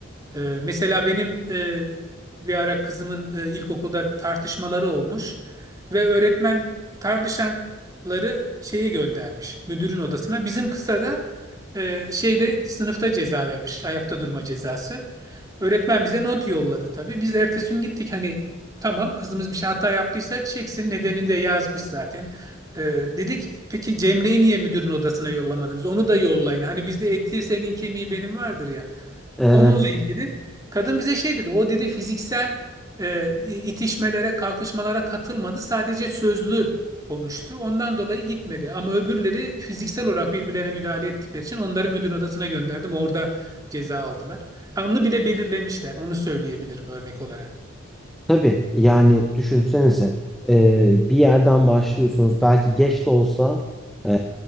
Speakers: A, on the right; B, in the centre.
A: Ee, mesela benim e, bir ara kızımın e, ilkokulda tartışmaları olmuş ve öğretmen tartışanları şeye göndermiş, müdürün odasına. Bizim kıza da e, şeyde sınıfta ceza vermiş, ayakta durma cezası. Öğretmen bize not yolladı tabii. Biz ertesi gün gittik hani tamam kızımız bir şey hata yaptıysa çeksin nedenini de yazmış zaten. Ee, dedik peki Cemre'yi niye müdürün odasına yollamadınız? Onu da yollayın. Hani bizde eti senin kemiği benim vardır ya.
B: Evet.
A: Onunla ilgili kadın bize şey dedi. O dedi fiziksel e, itişmelere, kalkışmalara katılmadı. Sadece sözlü konuştu. Ondan dolayı gitmedi. Ama öbürleri fiziksel olarak birbirlerine müdahale ettikleri için onları müdür odasına gönderdim. Orada ceza aldılar. Ha, Onu bile belirlemişler. Onu söyleyebilirim örnek olarak.
B: Tabii yani düşünsenize e, bir yerden başlıyorsunuz. Belki geç de olsa e,